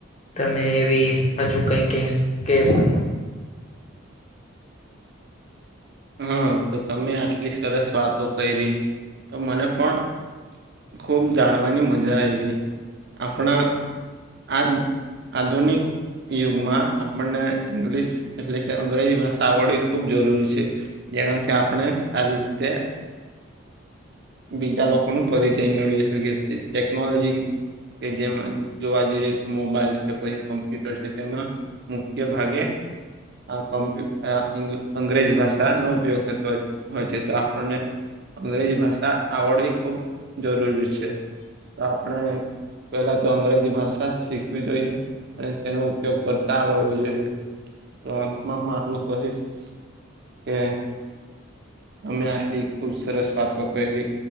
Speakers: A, on the left (about 35°); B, on the right (about 55°).
A: તમે એવી હજુ કઈ કે કેશો
B: હા તો તમે આટલી સરસ વાતો કરી તો મને પણ ખૂબ જાણવાની મજા આવી આપણા આ આધુનિક યુગમાં આપણને ઇંગ્લિશ એટલે કે અંગ્રેજી ભાષા આવડવી ખૂબ જરૂરી છે. જેનાથી આપણે સારી રીતે બીજા લોકોનો પરિચય મેળવી શકે છે ટેકનોલોજી કે જેમાં જોવા જઈએ તો મોબાઈલ છે પછી કોમ્પ્યુટર છે તેમાં મોટેભાગે આ કમ્પ્યુ અંગ્રેજી ભાષાનો ઉપયોગ થતો હો હોય છે તો આપણને અંગ્રેજી ભાષા આવડવી ખૂબ જરૂરી છે તો આપણે પહેલાં તો અંગ્રેજી ભાષા શીખવી જોઈએ. અને તેનો ઉપયોગ કરતા આવડવો જોઈએ તો અંતમાં હું આટલું કહીશ કે અમે આટલી ખુબ સરસ. વાતો કરી